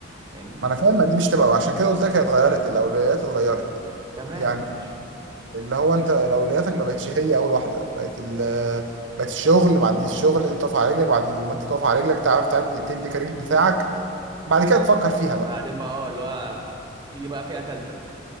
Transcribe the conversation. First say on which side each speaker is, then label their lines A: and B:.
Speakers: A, on the right; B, on the right.
A: فاهمني
B: ما انا فاهم ما دي مش تبقى وعشان كده قلت لك هي اتغيرت الاولويات اتغيرت
A: تمام
B: يعني
A: ماشي
B: اللي هو انت اولوياتك ما بقتش هي اول واحده بقت ال بقت الشغل بعد الشغل انت تقف على رجلك بعد ما انت تقف على رجلك تعرف تعب- تبني كارير بتاعك بعد كده تفكر فيها بقى
A: بعدين بقى اه اللي هو تيجي بقى فئة تالتة